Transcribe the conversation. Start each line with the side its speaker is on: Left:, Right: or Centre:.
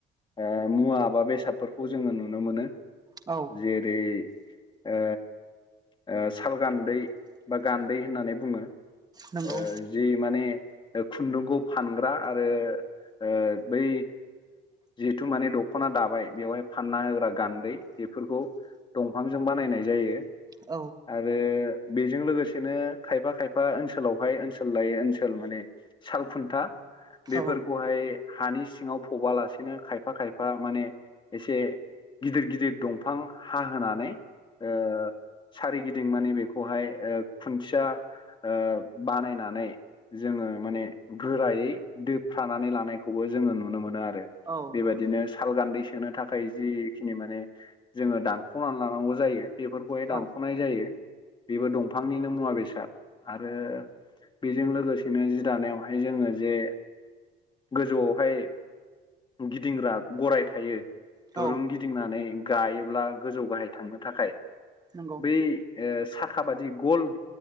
Left: ओ मुवाबा बेसादफोरखौ जोङो नुनो मोनो।
Right: औ
Left: जेरै ओ ओ साल गान्दै बा गान्दै होननानै बुङो। ओ
Right: नंगौ
Left: जि माने खुन्दुंखौ फानग्रा आरो। ओ बै जिथु माने दख'ना दाबाय बेवहाय फानना होग्रा गान्दै। बेफोरखौ दंफांजों बानायनाय जायो
Right: औ
Left: आरो। बेजों लोगोसेनो खायफा खायफा ओनसोलावहाय ओनसोल लायै ओनसोल माने साल खुन्था बेफोरखौहाय
Right: औ
Left: हानि सिङाव फबालासेनो खायफा खायफा माने एसे गिदिर गिदिर दंफां हा होनानै ओ सारिगिदिं माने बेखौहाय ओ खुन्थिया ओ बानायनानै जोङो माने गोरायै दोबफ्रानानै लानायखौबो जोङो नुनो मोनो आरो।
Right: औ
Left: बेबायदिनो
Right: नंगौ
Left: साल गान्दै सोनो थाखाय जिखिनि माने जोङो दानख'नानै लानांगौ जायो बेफोरखौहाय
Right: औ
Left: दानख'नाय जायो। बेबो दंफांनिनो मुवा बेसाद आरो बेजों लोगोसेनो दानायावहाय जोङो जे गोजौआवहाय गिदिंग्रा गराय थायो।
Right: औ
Left: दुरुं गिदिंनानै गायोब्ला गोजौ गाहाय थांनो थाखाय।
Right: नंगौ
Left: बै ओ खाबादि गल